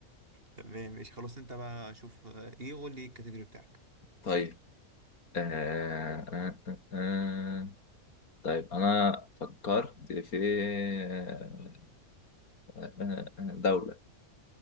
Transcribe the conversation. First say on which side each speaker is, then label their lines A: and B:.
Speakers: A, on the right (about 40°); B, on the left (about 85°).
A: تمام ماشي خلاص انت بقى شوف ايه قول لي الكاتيجوري بتاعك
B: طيب آه آه آه آه. آه. طيب أنا فكرت في آه آه آه آه، دولة